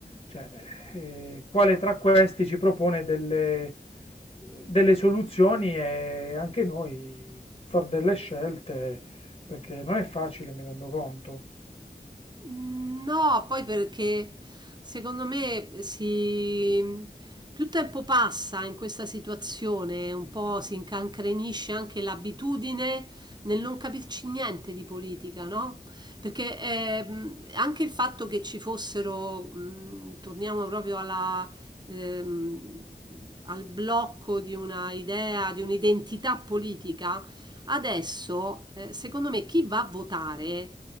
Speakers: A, on the left (about 45°); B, on the right (about 25°).
A: cioè, eh, quale tra questi ci propone delle, delle soluzioni e anche noi far delle scelte, perché non è facile, mi rendo conto.
B: No, poi perché secondo me si... più tempo passa in questa situazione, un po' si incancrenisce anche l'abitudine nel non capirci niente di politica, no? Perché ehm, anche il fatto che ci fossero, mh, torniamo proprio alla, ehm, al blocco di una idea, di un'identità politica, adesso, eh, secondo me, chi va a votare